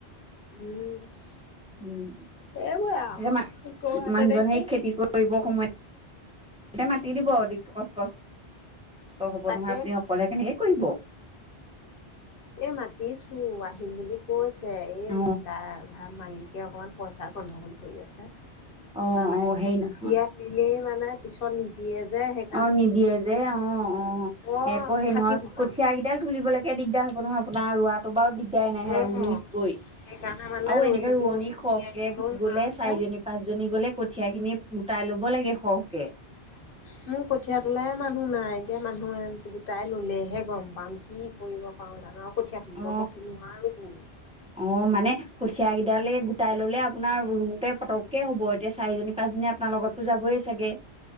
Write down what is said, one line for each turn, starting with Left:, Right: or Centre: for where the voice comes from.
Left: উম।
Centre: উম।
Left: সেইবোৰে আৰু
Centre: এ-মা-মানুহজনে
Left: কৌৱা তেনেকে
Centre: সেই খেতি কৰি কৰিব সময়ত তে মাতি দিব, <unintelligible> কষ্ট হ'ব
Left: তাকে
Centre: নহয়, আপুনি অকলে কেনেকে কৰিব?
Left: এ, মাতিছোঁ, আহিম বুলি কৈছে, এই
Centre: অ
Left: দা-ধা-মালিকে অকমাণ পইছা গণ্ডগোল কৰি আছে। সেইকাৰণে,
Centre: অ অ
Left: এতিয়া
Centre: হেৰি
Left: গুচি
Centre: নহয়
Left: আহিলেই মানে পিছত নিদিয়ে যে, সেইক
Centre: অ', নিদিয়ে যে অ' অ'
Left: বৰ
Centre: আকৌ হেই
Left: ফাঁকি
Centre: নহয়
Left: ফুকা
Centre: কঠিয়া
Left: মানে
Centre: কেইদাল কঠিয়া কেইদাল তুলিবলৈকে দিগদাৰ হ'ব নহয় আপোনাৰ ৰোৱাটো বাৰু দিগ চিন্তা নাই নহয়
Left: অঁ
Centre: ৰুই দিবই
Left: সেইকাৰণে মানে
Centre: আৰু
Left: ৰৈ
Centre: এনেকে
Left: থাকিব
Centre: ৰোৱনী
Left: গুচি
Centre: সৰহকে
Left: আহিবলৈও নোৱাৰা
Centre: গ'লে
Left: হৈছে
Centre: চাৰিজনী পাচঁজনী গলে কঠিয়া খিনি গোটাই ল'ব লাগে সৰহকে।
Left: <inaudible> মোৰ কঠিয়া তোলাই মানুহ নাই, এতিয়া মানুহ গোটাই ললেহে গম পাম কি কৰিব পাৰও জানো আৰু কঠীয়া তুলিব
Centre: অ
Left: ব'কে নোৱাৰো।
Centre: অ', মানে কঠিয় কেইডালে গোটাই ললে আপোনাৰ ৰুউতে পটককে হ'ব এতিয়া চাৰিজনী পাঁচজনী আপোনাৰ লগত যাবই চাগে।